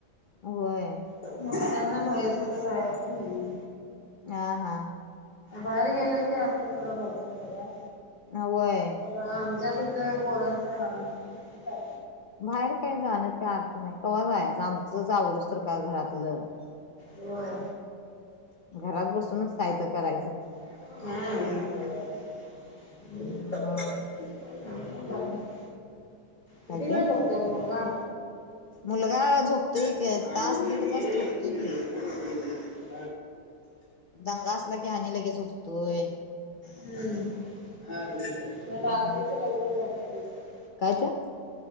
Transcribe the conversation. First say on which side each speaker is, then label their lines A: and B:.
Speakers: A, on the left; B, on the left.
A: होय.
B: म्हणताना बाहेर कुठे जायचं नाही.
A: हा हा.
B: बाहेर गेलं की असते सोडा भरपूर पगार.
A: अ होय.
B: आमच्यात इथं पोरांच हाल होतो.
A: बाहेर काय जाण्यात काय अर्थ नाही कवा जाय आमचंच आवरुस्तरका घरातलं.
B: होय.
A: घरात बसूनच कायतर करायचं.
B: हा.
A: हम्म
B: <inaudible> किती
A: काय ते
B: वेळ झोपतोय मुलगा?
A: मुलगा झोपतोय एक
B: हम्म.
A: तास दीड तास झोपतोय की.
B: <inaudible>
A: दंगा असला की आणि लगेच उठतोय.
B: हम्म. म
A: हम्म
B: रात्रीच लवकर झोपत नसेल.
A: काय ते.